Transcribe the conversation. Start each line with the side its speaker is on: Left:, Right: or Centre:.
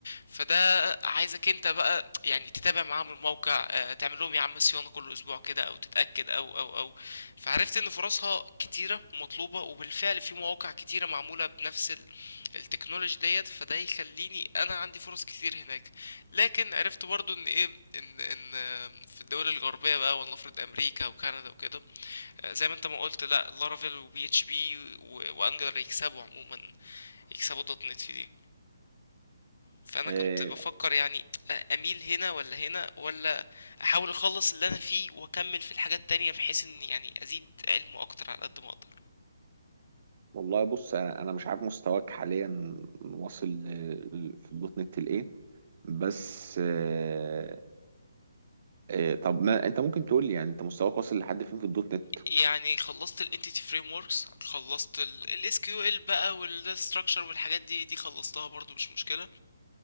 Left: فده عايزك انت بقى يعني تتابع معاهم الموقع آه، تعمل لهم يا عم صيانه كل اسبوع كده او تتاكد او او او فعرفت ان فرصها كتيره ومطلوبه وبالفعل في مواقع كتيره معموله بنفس ال... التكنولوجي ديت فده يخليني انا عندي فرص كتير هناك لكن عرفت برضو ان ايه ان ان آم، في الدول الغربيه بقى ولنفرض امريكا وكندا وكده آه، زي ما انت ما قلت لا لارافيل وبي اتش بي وانجلر يكسبوا عموما يكسبوا دوت نت في دي فانا
Right: إيه
Left: كنت بفكر يعني آه، اميل هنا ولا هنا ولا احاول اخلص اللي انا فيه واكمل في الحاجات التانية بحيث ان يعني ازيد علمه اكتر على قد ما اقدر
Right: والله بص انا انا مش عارف مستواك حاليا واصل ل- ل- في دوت نت لايه بس إيه إيه طب ما انت ممكن تقول لي يعني انت مستواك واصل لحد فين في الدوت نت
Left: يعني خلصت ال entity frameworks خلصت ال ال SQL بقى وال data structure والحاجات دي دي خلصتها برضو مش مشكلة